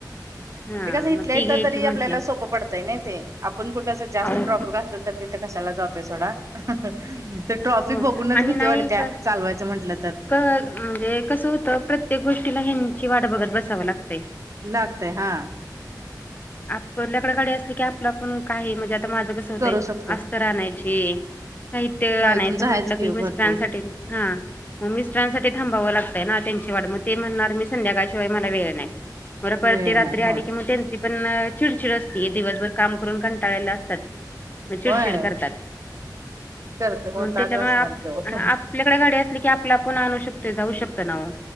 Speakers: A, on the left; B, on the right.
A: हा
B: ते कसं इथल्या
A: मग ती
B: इथ
A: घ्यायची
B: तरी
A: म्हंटलं
B: आपल्याला सोपं पडतंय नाही ते आपण कुठं जास्त
A: अहो
B: ट्रॉफिक असत. तिथे कशाला जातोय सोडा. तर ट्रॉफिक
A: हो
B: बघूनच
A: आणि
B: भीती
A: नाही
B: वाटते
A: क
B: चालवायचं म्हटलं तर.
A: म्हणजे कसं होतं प्रत्येक गोष्टीला हेनची ची वाट बघत बसावं लागतंय.
B: लागतय हा
A: आपरल्याकडे गाडी असली की आपला पण काय म्हणजे आता माझं कस. अस होतय
B: करू शकतोय
A: अस्तर आणायची साहित्य
B: होय
A: आणायच
B: तुमचं
A: म्हंटलं
B: आहेच
A: की मिस्टरांसाठी
B: भरपूर
A: हा मग मिस्टरांसाठी थांबावं लागतंय ना त्यांची वाट मग ते म्हणणार मी संध्याकाळशिवाय मला वेळ नाही. बर परती
B: मिळे
A: रात्री
B: नाही
A: आली
B: होय
A: की मग त्यां. पण चिडचिड असती दिवसभर काम करून कंटाळायला असतात. म चिडचिड
B: होय
A: करतात
B: करते होताच
A: मग त्याच्यामुळे
B: असणार
A: आपन.
B: की ओ
A: आपल्याकडे गाडी असली की आपल आपण आणू शकतोय जाऊ शकतो ना ओ.